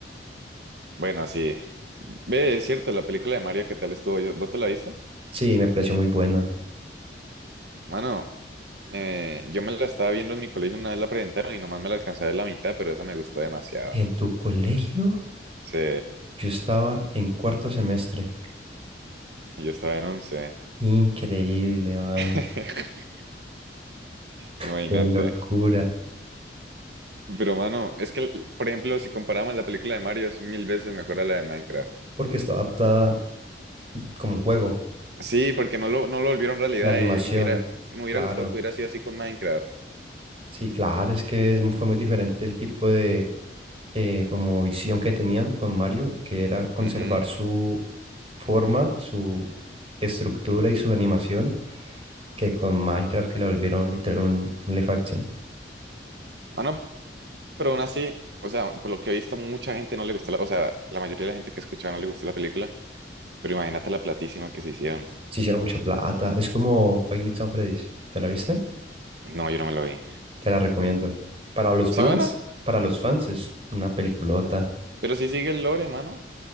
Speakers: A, on the right; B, on the right.
A: Bueno, sí. Ve, es cierto, la película de Mario, ¿qué tal estuvo? Yo- ¿Vos te la viste?
B: Sí, me pareció muy buena.
A: Mano, Eh, yo me la estaba viendo en mi colegio una vez la presentaron y nomás me la alcanzaba en la mitad, pero esa me gustó demasiado.
B: En tu colegio,
A: Sí,
B: yo estaba en cuarto semestre.
A: yo estaba en once
B: Increíble, mano.
A: <laughs> imagínate.
B: Qué locura.
A: Pero mano, es que, por ejemplo, si comparamos la película de Mario es mil veces mejor a la de Minecraft.
B: Porque está adaptada como un juego.
A: Sí, porque no lo, no lo volvieron realidad
B: La animación,
A: y me hubiera, me
B: claro.
A: hubiera gustado que hubiera sido así con Minecraft.
B: Sí, claro, es que es mu- fue muy diferente el tipo de eh, como visión que tenían con Mario, que era conservar
A: Ujú.
B: su forma, su estructura y su animación, que con Minecraft que la volvieron literal un, un live action.
A: Mano, pero aún así, o sea, por lo que he visto, mucha gente no le gustó la, o sea, la mayoría de la gente que escuchaba no le gustó la película, pero imagínate la platísima que se hicieron.
B: Se hicieron mucha plata. Es como Five Nights at Freddy's. ¿Te la viste?
A: No, yo no me lo vi.
B: Te la recomiendo. Para los
A: Sí,
B: fans,
A: bueno.
B: para los fans es una peliculota.
A: Pero si sigue el lore, mano,